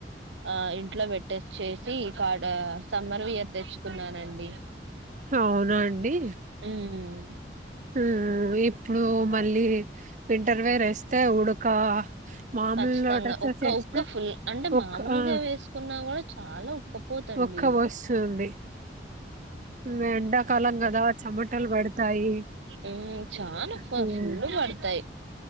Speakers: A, on the right; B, on the right.
A: ఆ ఇంట్లో పెట్టొచ్చేసి కాట సమ్మర్ వియర్ తెచ్చుకున్నానండి.
B: అవునా అండి
A: హ్మ్ హ్మ్
B: హ్మ్ ఇప్పుడు మళ్ళీ వింటర్ వేరేస్తే ఉడక మామూలు
A: ఖచ్చితంగా
B: డ్రెస్సెస్
A: ఉక్క
B: ఏస్తే
A: ఉక్క ఫుల్ అంటే
B: ఒక్క
A: మామూలుగా
B: ఆ!
A: వేసుకున్నా కూడా చాలా ఉక్క పోతండి
B: ఒక్క వస్తుంది. ఇంగ ఎండాకాలం గదా చెమటలు పడతాయి.
A: ఉ చానా బ్బా
B: హ్మ్.
A: ఫుల్లు పడతాయి